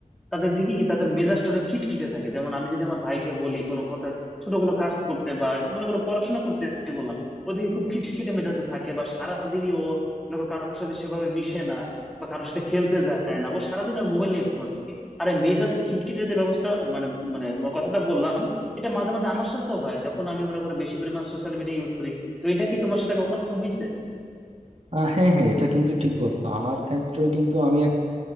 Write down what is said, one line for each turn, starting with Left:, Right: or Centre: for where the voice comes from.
Centre: তাদের দেখি কি তাদের মেজাজটা অনেক খিটখিটে থাকে যেমন আমি যদি আমার ভাইকে বলি কোনো কথা ছোট কোনো কাজ করতে বা মনে করো পড়াশোনা করতে বললাম ও দেখি খুব খিটখিটে মেজাজে থাকে বা সারাদিনই ও মনে করো কারোর সাথে সেভাবে মিশে না বা কারোর সাথে খেলতে যায় না ও সারাদিন ওর মোবাইল নিয়ে পড়ে থাকে আরে মেজাজ খিটখিটে যে ব্যবস্থা মানে মানে তোমার কথাটা বললাম এটা মাঝে মাঝে আমার সাথেও হয় যখন আমি মনে করো বেশি পরিমাণ সোশ্যাল মিডিয়া ইউজ করি তো এটা কি তোমার সাথে কখনো হয়েছে
Right: আহ হ্যাঁ হ্যাঁ এটা কিন্তু ঠিক বলছো আমার ক্ষেত্রেও কিন্তু আমি